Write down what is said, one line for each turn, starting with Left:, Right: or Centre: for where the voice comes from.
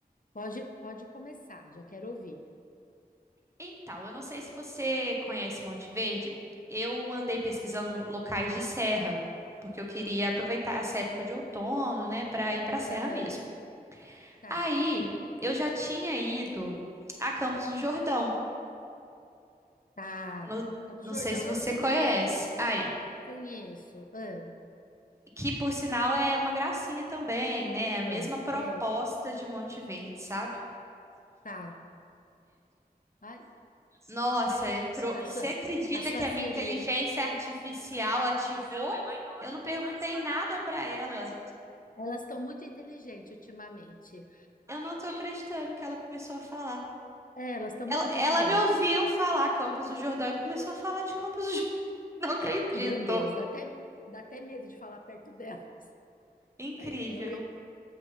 Left: Pode, pode começar, já quero ouvir.
Right: Então, eu não sei se você conhece Monte Verde. Eu andei pesquisando locais de serra, porque eu queria aproveitar essa época de outono, né, para ir para a serra
Left: Aham,
Right: mesmo.
Left: Tá,
Right: Aí, eu já tinha ido a Campos do Jordão.
Left: tá.
Right: Não,
Left: Campos
Right: não
Left: do
Right: sei
Left: Jordão
Right: se
Left: eu
Right: você
Left: conheço,
Right: conhece. Aí,
Left: conheço. Ah,
Right: que por sinal é uma gracinha também, né?
Left: é,
Right: A mesma proposta
Left: é,
Right: de Monte Verde, sabe?
Left: tá. Ai,
Right: Nossa, entrou.
Left: A, sua,
Right: Você acredita
Left: a sua
Right: que
Left: Siri,
Right: a minha inteligência artificial ativou? Eu não perguntei nada para ela.
Left: elas estão muito inteligentes ultimamente.
Right: Eu não tô acreditando que ela começou a falar.
Left: É, elas estão
Right: Ela,
Left: muito inteligentes.
Right: ela me ouviu falar Campos do Jordão e começou a falar de Campos do Jordão. <laughs> Não acredito.
Left: Meu Deus, dá até, dá até medo de falar perto dela. <laughs>
Right: Incrível.
Left: Aí eu, hein?